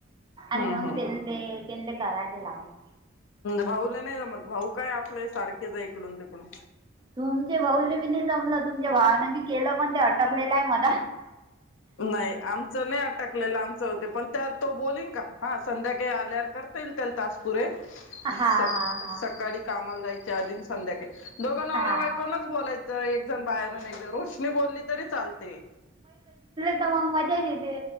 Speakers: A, on the left; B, on the right.
A: हम्म
B: अनंग
A: हम्म
B: दल्ंदे पिंड कराज लावला
A: भाऊला नाही मग भाऊ काय आपल्या सारखेच आहे इकडून तिकडून
B: तुमचे भाऊने बी नाही जमलं तुमच्या भावान बी केलं पण ते अटकलेलं आहे मझ
A: नाही आमचं नाही अटकलेलं आमचं होते पण त्या तो बोलन का हा संध्याकाळी आल्यावर करता येईल त्याला तासपुरे स
B: हा हा हा
A: सकाळी कामाला जायच्या आधीन संध्याकाळी दोघं नवरा्या
B: हा
A: बायकूनच बोलायचं एक जण बाहेरून एकण रोष्नी बोलली तरी चालते
B: एकद मग मजा येते